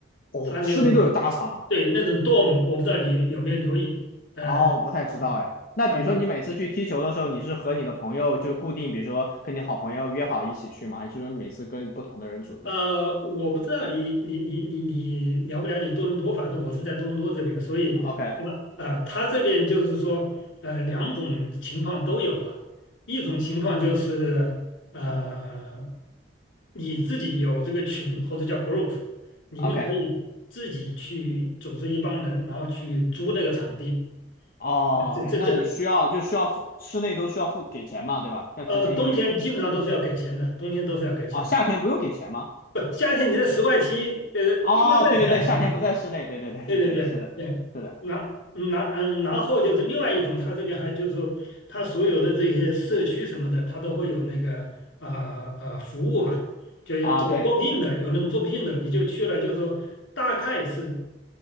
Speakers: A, on the left (about 45°); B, on the left (about 75°).
A: 哦，
B: 它那种
A: 室内都有大场
B: 对那种 dorm，我不知道你有没有留意，呃，
A: 哦，不太知道哎。
B: 啊
A: 那比如说你每次去踢球的时候，
B: 啊，呃
A: 你是和你的朋友就固定，比如说跟你好朋友约好一起去吗？还是说你每次跟不同的人组队
B: 呃，我不知道你你你你你了不了解多伦多，反正我是在多伦多这边，所以我呃，
A: ？OK
B: 他这边就是说，呃，两种情况都有了，一种情况就是呃，你自己有这个群或者叫 group，你们可以自己去组织一帮人，
A: OK
B: 然后去租那个场地，
A: 哦
B: 那这这这
A: OK，那你需要就需要付室内都需要付给钱嘛，对吧？要提前预约。
B: 呃，冬天基本上都是要给钱的，冬天都是要给钱的。
A: 啊？夏天不用给钱吗？
B: 不，夏天你在室外踢，呃，
A: 哦，
B: 你要在
A: 对对对，夏天不在室内，
B: <laughs>
A: 对对对对对，
B: 对对对对，
A: 是的，是的
B: 然然嗯，然后就是另外一种，它这边还就是说它所有的这些社区什么的，它都会有那个啊啊、呃呃服务吧，就要就招聘的，
A: 啊，对
B: 有那种招聘的，你就去了，就是说大概是